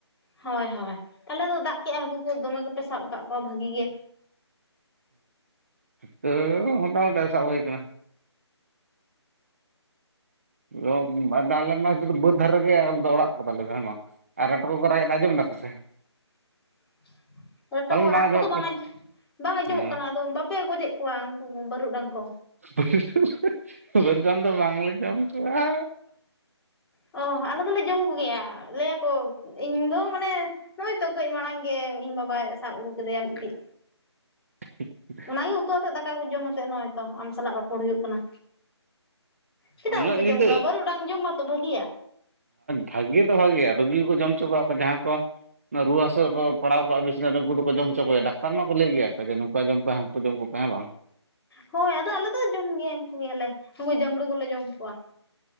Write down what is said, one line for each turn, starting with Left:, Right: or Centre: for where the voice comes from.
Centre: ᱦᱳᱭ ᱦᱳᱭ ᱛᱟᱦᱚᱞᱮ ᱫᱚ ᱫᱟᱜ ᱠᱮᱫᱼᱟ ᱦᱟᱹᱠᱩ ᱠᱚ ᱫᱚᱢᱮ ᱜᱮᱯᱮ ᱥᱟᱵ ᱟᱠᱟᱫ ᱠᱚᱣᱟ ᱵᱷᱟᱹᱜᱤ ᱜᱮ
Right: ᱛᱟᱹᱣ ᱢᱚᱴᱟ ᱢᱩᱴᱤ ᱥᱟᱵ ᱦᱩᱭ ᱟᱠᱟᱱᱟ <unintelligible> ᱢᱟ ᱵᱟᱹᱫᱽ ᱫᱷᱟᱨᱮ ᱜᱮ ᱫᱚ ᱚᱲᱟᱜ ᱠᱚᱛᱟᱞᱮ ᱦᱮᱸ ᱵᱟᱝ ᱟᱨ ᱨᱮᱴᱚ ᱠᱚᱠᱚ ᱨᱟᱜᱼᱮᱫ ᱟᱸᱡᱚᱢ ᱮᱫᱟ ᱯᱮ ᱥᱮ
Centre: <inaudible> ᱨᱮᱴᱚ
Right: ᱯᱟᱞᱮᱱ
Centre: ᱨᱟᱜ
Right: ᱟᱸᱡᱚᱢᱚᱜ
Centre: ᱠᱚᱫᱚ ᱵᱟᱝ
Right: ᱠᱟᱱ
Centre: ᱵᱟᱝ ᱟᱸᱡᱚᱢᱚᱜ
Right: ᱦᱮᱸ
Centre: ᱠᱟᱱᱟ ᱟᱫᱚ ᱵᱟᱯᱮ ᱜᱚᱡᱮᱫ ᱠᱚᱣᱟ ᱩᱱᱠᱩ ᱵᱟᱹᱨᱩᱰᱟᱝ ᱠᱚ
Right: <unintelligible> ᱵᱟᱹᱨᱩᱰᱟᱝ ᱫᱚ ᱵᱟᱝ ᱞᱮ ᱡᱚᱢ ᱠᱚᱣᱟ
Centre: ᱚᱸ ᱟᱞᱮ ᱫᱚᱞᱮ ᱡᱚᱢ ᱠᱚ ᱜᱮᱭᱟ ᱞᱟᱹᱭᱟ ᱠᱚ ᱤᱧ ᱫᱚ ᱢᱟᱱᱮ ᱱᱚᱜᱼᱚᱭ ᱛᱚ ᱠᱟᱹᱡ ᱢᱟᱲᱟᱝ ᱜᱮ ᱤᱧ ᱵᱟᱵᱟᱭ ᱥᱟᱵ ᱟᱹᱜᱩ ᱠᱮᱫᱮᱭᱟ ᱢᱤᱫ ᱴᱤᱡ
Right: <inaudible>
Centre: ᱚᱱᱟ ᱜᱮ ᱩᱛᱩ ᱟᱛᱮᱜ ᱫᱟᱠᱟ ᱠᱚ ᱡᱚᱢ ᱟᱛᱮᱜ ᱱᱚᱜᱼᱚᱭ ᱛᱚ ᱟᱢ ᱥᱟᱞᱟᱜ ᱨᱚᱯᱚᱲ ᱦᱩᱭᱩᱜ ᱠᱟᱱᱟ ᱪᱮᱫᱟᱜ
Right: ᱩᱱᱟᱹᱜ
Centre: ᱵᱟᱯᱮ
Right: ᱧᱤᱫᱟᱹ
Centre: ᱡᱚᱢ ᱠᱚᱣᱟ ᱵᱟᱨᱩ ᱰᱟᱝ ᱡᱚᱢ ᱢᱟᱛᱚ ᱵᱷᱟᱹᱜᱤᱭᱟ
Right: ᱵᱷᱟᱜᱤ ᱫᱚ ᱵᱷᱟᱜᱤᱭᱟ ᱨᱩᱜᱤ ᱠᱚᱠᱚ ᱡᱚᱢ ᱚᱪᱚ ᱠᱚᱣᱟ ᱠᱚ ᱡᱟᱦᱟᱸ ᱠᱚ ᱨᱩᱣᱟᱹ ᱦᱟᱹᱥᱩ ᱠᱚ ᱯᱟᱲᱟᱣ ᱠᱚᱜᱼᱟ ᱵᱤᱪᱱᱟᱨᱮ ᱱᱩᱝᱠᱩ ᱫᱚᱠᱚ ᱡᱚᱢ ᱦᱚᱪᱚ ᱠᱚᱣᱟ ᱰᱟᱠᱛᱟᱨ ᱢᱟᱠᱚ ᱞᱟᱹᱭ ᱜᱮᱭᱟ ᱡᱮ ᱱᱚᱝᱠᱟ ᱡᱚᱢ ᱯᱮ ᱦᱼ ᱩᱱᱠᱩ ᱡᱚᱢ ᱠᱚ ᱯᱮ ᱦᱮ ᱵᱟᱝ
Centre: ᱦᱳᱭ ᱟᱫᱚ ᱟᱞᱮ ᱫᱚ ᱡᱚᱢ ᱜᱮᱭᱟ ᱭᱟᱞᱮ ᱩᱱᱠᱩ ᱡᱟᱸᱵᱽᱲᱩ ᱠᱚᱞᱮ ᱡᱚᱢ ᱠᱚᱣᱟ